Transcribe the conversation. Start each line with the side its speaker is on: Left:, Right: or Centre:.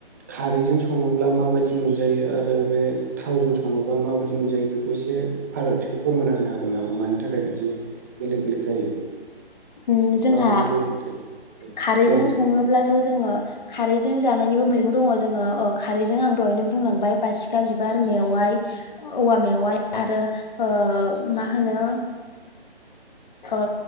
Right: खारैजों सङोब्ला माब बायदि मोनजायो आरो बे थावजों सङोबा माबायदि मोनजायो बेखौ एसे फाराग बिथिखौ फोरमायना होनो हागोन नामा? मानि थाखाय बिदि बेलेग बेलेग जायो
Left: ओ जोंहा
Right: बा मा बेलेग थायो औ
Left: खारैजों
Right: दे बुंलाय
Left: सङोब्लाथ' जोङो खारैजों जानायनिबो मैगं दङ जोङो अ खारैजों आं दहायनो बुंलांबाय बासिखा बिबार मेवाइ औवा मेवाइ आरो ओ मा होनो ओ